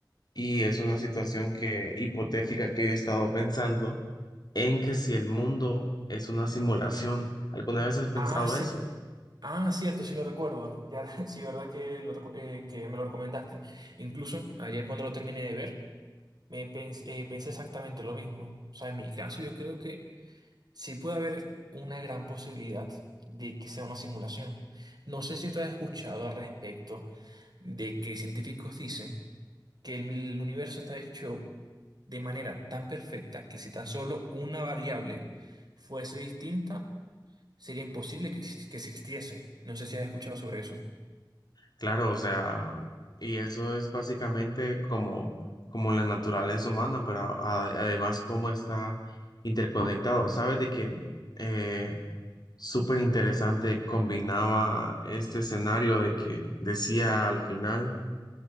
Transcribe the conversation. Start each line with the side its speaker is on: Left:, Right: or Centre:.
Left: y es una situación que hipotética que yo he estado pensando, en que si el mundo es una simulación, ¿alguna vez has pensado
Right: ah, sí.
Left: eso?
Right: Ah, cierto, sí lo recuerdo. Ya, <laughs> sí, verdad que, lo recu- eh, que me lo recomendaste. Incluso ayer cuando lo terminé de ver, me pens- eh, pensé exactamente lo mismo. O sea, en mi caso yo creo que sí puede haber una gran posibilidad de que sea una simulación. No sé si tú has escuchado al respecto de que científicos dicen que el, el universo está hecho de manera tan perfecta que si tan solo una variable fuese distinta, sería imposible que, exis- que existiese. No sé si has escuchado sobre eso.
Left: Claro, o sea, y eso es básicamente como, como la naturaleza humana, pero a- además cómo está interconectado. Sabes de que eh, súper interesante combinaba este escenario de que decía al final.